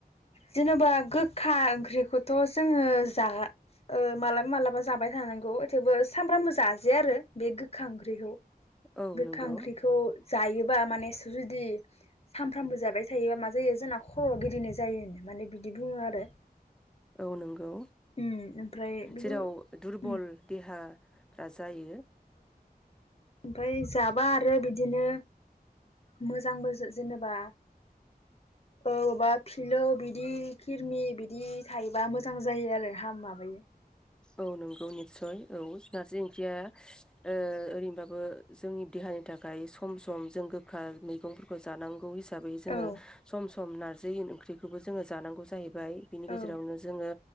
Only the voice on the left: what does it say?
जेनेबा गोखा ओंख्रिखौथ' जोङो जा मालाबा मालाबा जाबाय थानांगौ थेवबो सामब्रामबो जाजाया आरो बे गोखा ओंख्रिखौ
गोखा
ओंख्रिखौ जायोबा माने सुजु जदि सानफ्रामबो जाबाय थायोबा मा जायो जोंना खर'आ गिदिंरनाय जायोनो माने बिदि बुङो आरो
उम ओमफ्राय बेखौ
उम
ओमफाय जाबा आरो बिदिनो मोजांबो जेनेबा अबबा फिलौ बिदि खिरमि बिदि थायोबा मोजां जायो आरो हाम माबायो
औ
औ